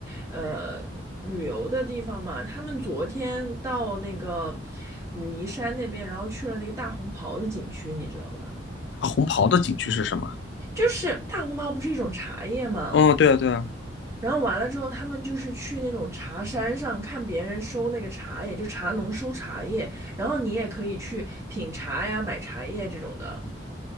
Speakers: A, on the right; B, on the left.
A: 呃，旅游的地方嘛。他们昨天到那个武夷山那边，然后去了那个大红袍的景区，你知道吧？
B: 大红袍的景区是什么？
A: 就是大红袍不是一种茶叶嘛。
B: 哦，对啊，对啊。
A: 然后完了之后，他们就是去那种茶山上看别人收那个茶叶，就茶农收茶叶，然后你也可以去品茶呀、买茶叶这种的，